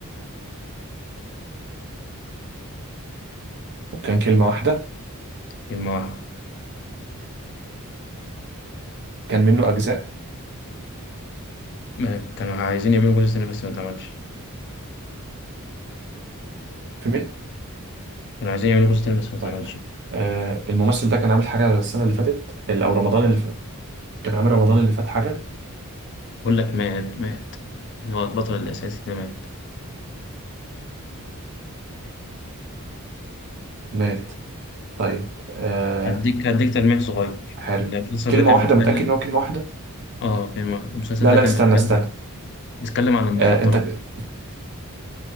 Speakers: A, on the right (about 50°); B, on the left (about 50°).
A: وكان كلمة واحدة
B: كلمة واحدة
A: كان منه أجزاء
B: ما كانوا عايزين يعملوا جزء تاني بس ما اتعملش
A: في مي...
B: كانوا عايزين يعملوا جزء تاني بس ما اتعملش
A: طيب آه الممثل ده كان عامل حاجة السنة اللي فاتت ال- أو رمضان اللي فات كان عامل رمضان اللي فات حاجة
B: بقول لك مات مات اللي هو البطل الأساسي ده مات
A: مات طيب آه
B: هديك هديك تلميح صغير
A: حارب
B: إن المسلسل
A: كلمة
B: ده كان
A: واحدة
B: بيتكلم
A: متأكد إن هو كلمة واحدة؟
B: اه بما- المسلسل
A: لا
B: ده
A: لا
B: كان
A: استنى
B: بيتكلم
A: استنى
B: بيتكلم عن المخدرات
A: آه أنت